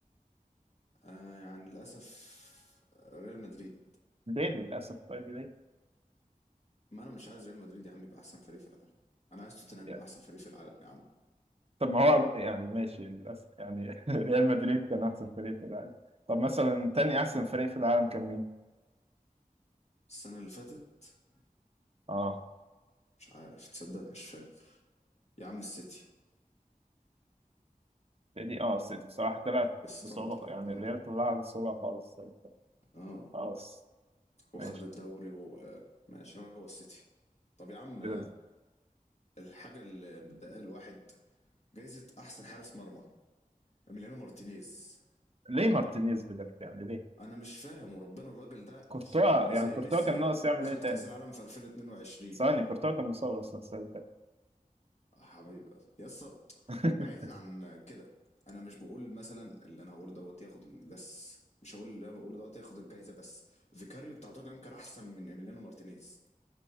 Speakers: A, on the left; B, on the right.
A: آه يعني للاسف آه، ريال مدريد
B: ليل للاسف طيب ليه؟
A: ما انا مش عايز ريال مدريد يا عم يبقى احسن فريق في العالم انا عايز توتنهام
B: يعني
A: يبقى احسن فريق في العالم يا عم
B: طب ما هو يعني ماشي للاسف يعني <laughs> ريال مدريد كان احسن فريق في العالم طب مثلا تاني احسن فريق في العالم كان مين؟
A: السنه اللي فاتت
B: اه
A: مش عارف تصدق مش فاكر يا عم السيتي
B: دي اه السيتي بصراحه طلعت
A: الصمت
B: بصعوبه
A: ليه
B: يعني
A: اه
B: الريال طلعها بصعوبه خالص طيب،
A: اه
B: خلاص
A: وخد
B: ماشي
A: الدوري وماشي هو السيتي طب يا عم
B: كده
A: الحاجه اللي مضايقه الواحد جايزه احسن حارس مرمى اميليانو مارتينيز
B: ليه مارتينيز بجد يعني ليه؟
A: انا مش فاهم وربنا الراجل ده
B: كورتوا
A: يعني
B: يعني
A: زي
B: كورتوا
A: ميسي
B: كان
A: كده
B: ناقص يعمل
A: خد
B: ايه تاني؟
A: كاس العالم في 2022
B: ثواني كورتوا كان مصاب اصلا السنه اللي فاتت
A: آه حبيبي يا اسطى
B: <laughs>
A: بعيدا عن كده انا مش بقول مثلا اللي انا هقوله دوت ياخد ال- بس مش هقول اللي انا بقوله دوت ياخد الجايزه بس فيكاريو بتاع توتنهام كان احسن من ايميليانو مارتينيز